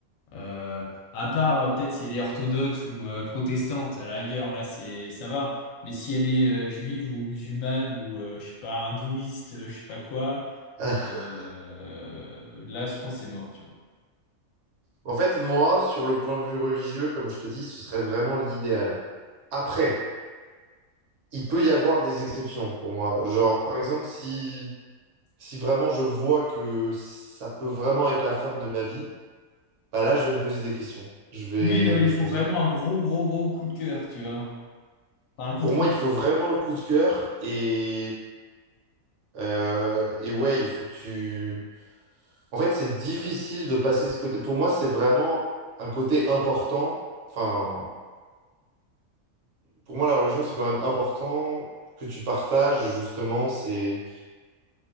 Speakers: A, on the left; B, on the right.
A: Euh, à part euh, peut-être si elle est orthodoxe ou euh, protestante, à la rigueur, là c'est ça va. Mais si elle est euh, juive ou musulmane ou euh, je sais pas hindouiste, euh, je sais pas quoi,
B: <laughs>
A: euh, là je pense que c'est mort, tu vois.
B: En fait, moi, sur le point de vue religieux, comme je te dis, ce serait vraiment l'idéal. Après, il peut y avoir des exceptions pour moi. Genre, par exemple, si Si vraiment je vois que ça peut vraiment être la femme de ma vie, bah là, je vais me poser des questions. Je vais,
A: Oui, non, mais il
B: je
A: faut
B: vais dire.
A: vraiment un gros, gros, gros coup de cœur, tu vois. Enfin, un coup
B: Pour
A: de foot.
B: moi, il faut vraiment le coup de cœur et, euh, et ouais, il faut que tu. En fait, c'est difficile de passer ce côté. Pour moi, c'est vraiment un côté important. Enfin, pour moi, la religion, c'est quand même important que tu partages justement ces,